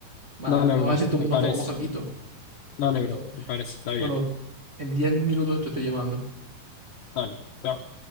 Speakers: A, on the right (about 25°); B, on the left (about 70°).
A: Ma-
B: Dale,
A: Vamos
B: bro,
A: a ver si tom-
B: me
A: nos
B: parece.
A: tomamos alguito,
B: Dale,
A: más que
B: bro,
A: todo.
B: me parece. Está bien.
A: Bueno, en 10 minutos te estoy llamando.
B: Dale. chao.